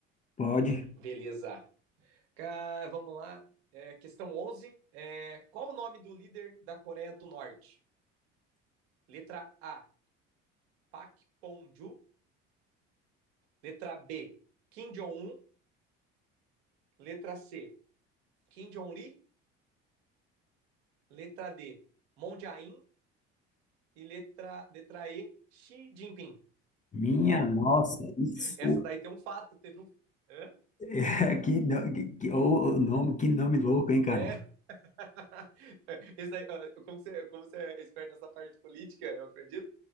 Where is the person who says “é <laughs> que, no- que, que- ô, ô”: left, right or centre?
Left